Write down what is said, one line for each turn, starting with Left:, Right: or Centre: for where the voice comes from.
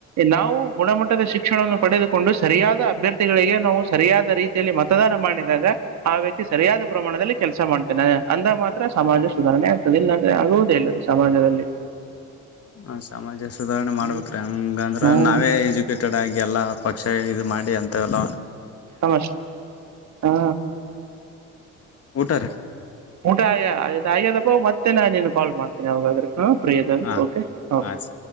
Right: ನಾವು ಗುಣಮಟ್ಟದ ಶಿಕ್ಷಣವನ್ನು ಪಡೆದುಕೊಂಡು ಸರಿಯಾದ ಅಭ್ಯರ್ಥಿಗಳಿಗೆ ನಾವು ಸರಿಯಾದ ರೀತಿಯಲ್ಲಿ ಮತದಾನ ಮಾಡಿದಾಗ ಆ ವ್ಯಕ್ತಿ ಸರಿಯಾದ ಪ್ರಮಾಣದಲ್ಲಿ ಕೆಲಸ ಮಾಡ್ತೇನೆ ಅಂದ ಮಾತ್ರ ಸಮಾಜ ಸುಧಾರಣೆ ಆಗ್ತದೆ ಇಲ್ಲಾಂದ್ರೆ ಆಗುವುದೇ ಇಲ್ಲ ಅದು ಸಮಾಜದಲ್ಲಿ
Left: ಹ ಸಮಾಜ ಸುಧಾರಣೆ ಮಾಡ್ಬೇಕ್ರೀ
Right: ಹ್ಮ್
Left: ಹಂಗಂದ್ರ
Right: ಹ್ಮ್
Left: ನಾವೇ ಎಜುಕೇಟೆಡ್ ಆಗಿ ಎಲ್ಲಾ ಪಕ್ಷ ಮಾಡಿ ಅಂತ ಎಲ್ಲ
Right: ಸಮ ಹಾ
Left: ಊಟಾರೆ
Right: ಊಟ ಆಯ್ಯದಪ್ಪ ಮತ್ತೆ ನಾ ನಿನು ಕಾಲ್ ಮಾಡ್ತ ೋಗಾದ್ರೆ ಹಾ ಫ್ರೀ ಅದ
Left: ಹಾ
Right: ಓಕೆ ಹ
Left: ಆಯ್ತು.